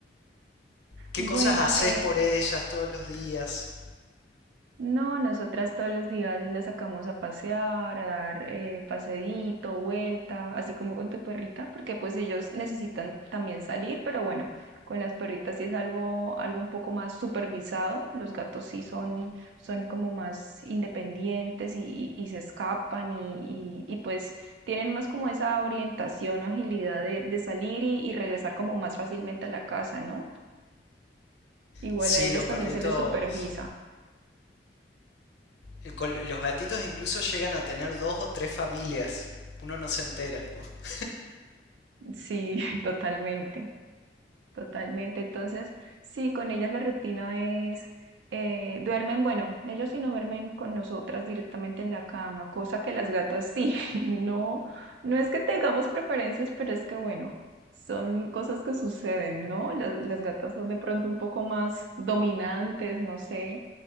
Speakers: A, on the left; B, on the right.
A: ¿Qué
B: Bueno,
A: cosas haces
B: eh,
A: por ellas todos los días?
B: no, nosotras todos los días la sacamos a pasear, a dar eh, paseíto, vuelta, así como con tu perrita, porque pues ellos necesitan también salir, pero bueno, con las perritas sí es algo, algo un poco más supervisado. Los gatos sí son, son como más independientes y, y- y se escapan y, y- y, pues tienen más como esa orientación o agilidad de, de salir y, y regresar como más fácilmente a la casa, ¿no? Igual
A: Sí,
B: a ellas
A: los
B: también
A: perritos,
B: se les supervisa.
A: el col- los gatitos incluso llegan a tener dos o tres familias. Uno no se entera. <laughs>
B: Sí, <laughs> totalmente, totalmente. Entonces, sí, con ellas la rutina es, eh, duermen, bueno, ellos sí no duermen con nosotras directamente en la cama, cosa que las gatas sí, <laughs> no, no es que tengamos preferencias, pero es que bueno, son cosas que suceden, ¿no? Las, las gatas son de pronto un poco más dominantes, no sé,